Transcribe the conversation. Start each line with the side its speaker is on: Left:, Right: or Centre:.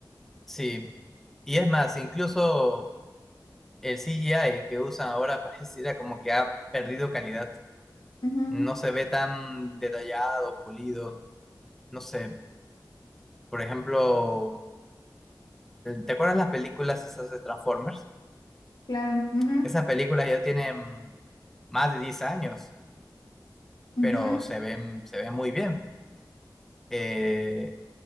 Centre: sí. Y es más, incluso el CGI que usan ahora <laughs> pareciera como que ha perdido calidad.
Left: Ujú,
Centre: No se ve tan detallado, pulido. No sé. Por ejemplo, ¿te acuerdas las películas esas de Transformers?
Left: claro. ujú,
Centre: Esas películas ya tienen más de 10 años,
Left: ujú.
Centre: pero se ven, se ven muy bien. Eh,